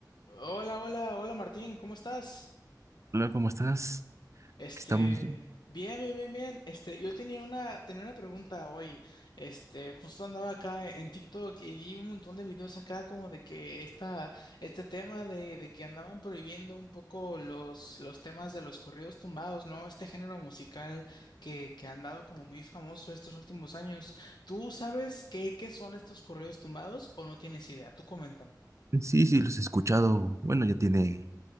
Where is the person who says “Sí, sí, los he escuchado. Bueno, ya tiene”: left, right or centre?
Right